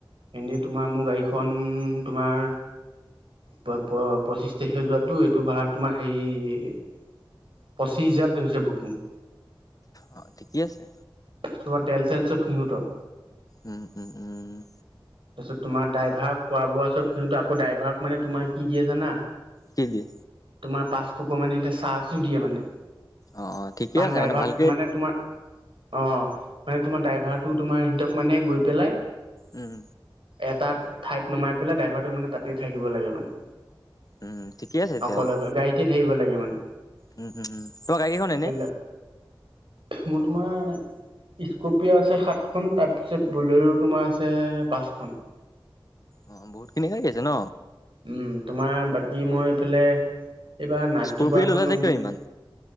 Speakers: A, on the right; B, on the left.
A: এনে তোমাৰ মোৰ গাড়ীখন তোমাৰ প-প-পচিশ তাৰিখে যোৱাতো, এইটো ভাড়া তোমাৰ হেৰি পচিছ হাজাৰত হৈছে বুকিং।
B: অ' ঠিকেই আছে।
A: তুমান তেল চেল চব সিহঁতৰ।
B: উম, উম, উম, উ।
A: তাৰপিছত তোমাৰ ডাইভাৰ খোৱা বোৱা চব <unintelligible> আকৌ ড্ৰাইভাৰক মানে তোমাৰ কি দিয়ে জানা?
B: কি দিয়ে?
A: তোমাৰ পাছশকৈ মানে এতিয়া চাছো দিয়ে মানে।
B: অ', অ' ঠিকে
A: কাৰণ
B: আছে
A: ড্ৰাইভাৰ
B: মানে ভাল
A: মানে তোমাৰ, অ' মানে তোমাৰ ড্ৰাইভাৰটো তোমাৰ সিহঁতক মানে গৈ পেলাই
B: উম।
A: এটা ঠাইত নমাই পেলাই ড্ৰাইভাৰটো মানে তাতেই থাকিব লাগে মানে।
B: উম ঠিকে আছে তেতিয়াহ'লে
A: অকল অকল, গাড়ীতে থাকিব লাগে মানে।
B: উম, উম, উম। তোমাৰ গাড়ী কেইখন এনে?
A: এইবিলাক মোৰ তোমাৰ ইস্কুপিয় আছে সাতখন তাৰপিছত ব'লেৰো তোমাৰ আছে পাঁচখন।
B: অ' বহুতখিনি <unintelligible> ন'?
A: উম, তোমাৰ বাকী মই এইফালে এইবাৰ নাইট
B: স্কৰপিঅ
A: চোপাৰ এখন
B: ল'লা
A: ল'ম
B: যে কিয়
A: বুলি,
B: ইমান